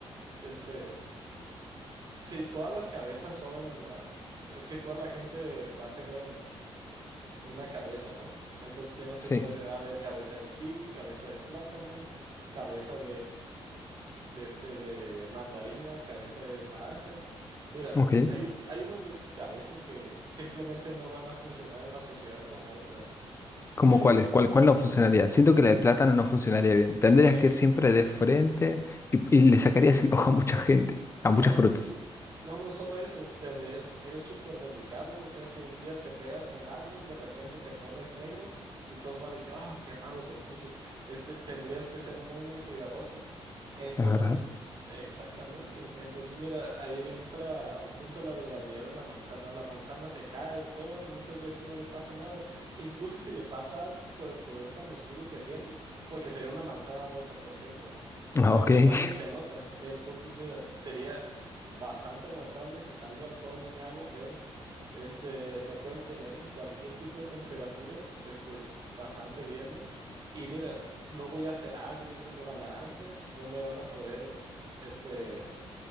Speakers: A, on the right; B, on the left.
A: Este, si todas las cabezas son, ah, eh, si toda la gente va a tener una cabeza, ¿no? Entonces tienes
B: Sí,
A: que saber, a ver, cabeza de kiwi, cabeza de plátano, cabeza de este de mandarina, cabeza de naranja. Mira,
B: ok.
A: hay, hay unos de esas cabezas que simplemente no van a funcionar en la sociedad como otras, ¿no?
B: ¿Cómo
A: Eh,
B: cuál
A: el
B: es? ¿Cuál, cuál no funcionaría? Siento que la del plátano no funcionaría bien. Tendrías
A: ex,
B: que ir siempre de frente y, y le sacarías el ojo a mucha gente, a
A: No,
B: muchas
A: sí,
B: frutas.
A: sí. No, no solo eso, tendría- eres súper delicado, o sea, si un día te pegas con alguien, de repente te pones negro y todos van a decir, oh, qué raro se puso. Este, tendrías que ser muy, muy cuidadoso. Entonces,
B: ¿Es verdad?
A: exactamente. Entonces, mira, ahí entra un punto de la durabilidad de la manzana. La manzana se cae y todo, muchas veces no le pasa nada. Incluso si le pasa algo por el color tan oscuro que tiene, porque sería una manzana roja, por cierto
B: Ah,
A: pues
B: Ok.
A: igual
B: <laughs>
A: ni se nota. Entonces, mira, sería bastante aguantable si salgo al sol, no me hago feo. Este, me pueden tener en cualquier tipo de temperatura, este, bastante bien, ¿no? Y mira, no voy a ser agrio como la naranja, no me van a poder, este,